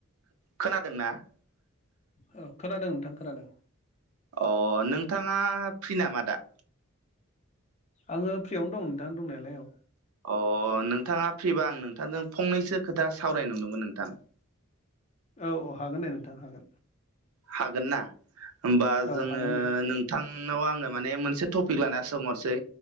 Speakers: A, on the right (about 80°); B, on the left (about 30°).
A: खोनादोंना
B: औ खोनादों नोंथां खोनादों।
A: अ नोंथाङा फ्रि नामा दा
B: आङो फ्रियावनो दं नोंथां दंनायालाय औ
A: अ नोंथाङा फ्रिबा आं नोंथांजों फंनैसो खोथा सावराय नुदोंमोन नोंथां
B: औ औ हागोन दे नोंथां हागोन
A: हागोन ना होमबा
B: औ
A: जोङो
B: हागोन दे
A: नाव आङो माने मोनसे टपिक लाना सोंहरसै